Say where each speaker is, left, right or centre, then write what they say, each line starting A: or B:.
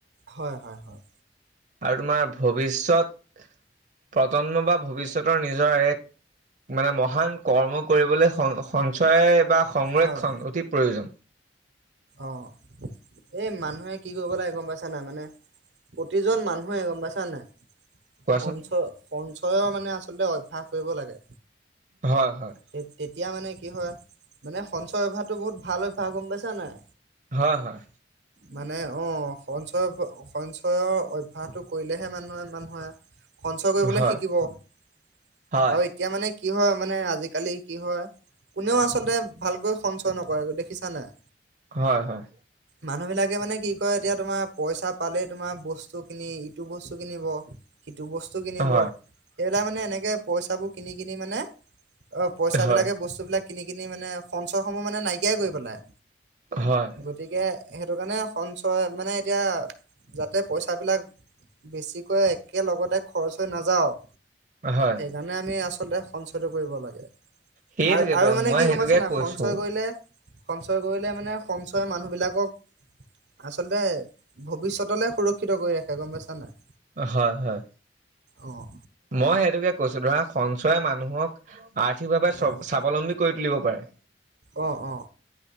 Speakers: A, on the right; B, on the right.
A: হয় হয় হয়।
B: আৰু তোমাৰ ভৱিষ্যত প্ৰজন্ম বা ভৱিষ্যতৰ নিজৰ এক- মানে মহান কৰ্ম কৰিবলৈ স সঞ্চয় বা সংৰক্ষণ
A: হয়
B: অতি প্ৰয়োজন।
A: অ এই মানুহে কি কৰিব লাগে গম পাইছা নাই? মানে- প্ৰতিজন মানুহে, গম পাইছা নাই?
B: কোৱাচোন
A: সঞ্চ সঞ্চয় মানে আচলতে অভ্যাস কৰিব লাগে।
B: হয় হয়।
A: তে তেতিয়া মানে কি হয় মানে সঞ্চয় অভ্যাসতটো বহুত ভাল অভ্যাস গম পাইছা নাই?
B: হয় হয়।
A: মানে অ সঞ্চয়- সঞ্চয়ৰ অভ্যয়াসটো কৰিলেহে মানুহে ইমান- সঞ্চয় কৰিবলৈ
B: হয়
A: শিকিব। আৰু
B: হয়
A: এতিয়া মানে কি হয়? মানে আজিকালি কি হয়? কোনেও আচলতে ভালকৈ সঞ্চয় নকৰে গ দেখিছা নাই?
B: হয় হয়।
A: মানুহবিলাকে মানে কি কয় এতিয়া তোমাৰ পইচা পালে তোমাৰ বস্তু কিনি ইটো বস্তু কিনিব। সিটো বস্তু কিনিব
B: হয়
A: সেইবিলাই মানে এনেকে পইচাবোৰ কিনি কিনি মানে- অ পইচা
B: হয়
A: বিলাকে বস্তু বিলাক কিনি কিনি মানে সঞ্চয়সমূহ মানে নাইকিয়াই কৰি পেলাই।
B: হয়।
A: গতিকে সেইটো কাৰণে সঞ্চয় মানে এতিয়া যাতে পইচাবিলাক- বেছিকৈ একেলগতে খৰচ হৈ নাযাও।
B: হয়।
A: জানে আমি আচলতে সঞ্চয়টো কৰিব লাগে।
B: সেইটোকেতো
A: আ আৰু মানে
B: মই
A: কি
B: সেইটোকে
A: গমাইছে নাই?
B: কৈছো
A: সঞ্চয় কৰিলে সঞ্চয় কৰিলে- মানে সঞ্চয় মানুহবিলাকক - আচলতে ভৱিষ্যতলে সুৰক্ষিত কৰি ৰাখে। গম পাইছা নে?
B: হয় হয়।
A: অ'।
B: মই সেইটোকে কৈছো ধৰা, সঞ্চয় মানুহক আৰ্থিকভাৱে স-স্বাৱলম্বী
A: অ',
B: কৰি তুলিব পাৰে।
A: অ' অ'।